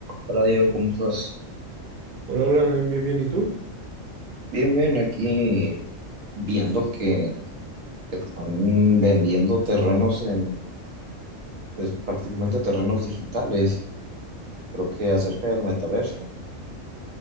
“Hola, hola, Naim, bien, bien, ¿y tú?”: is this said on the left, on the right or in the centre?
Right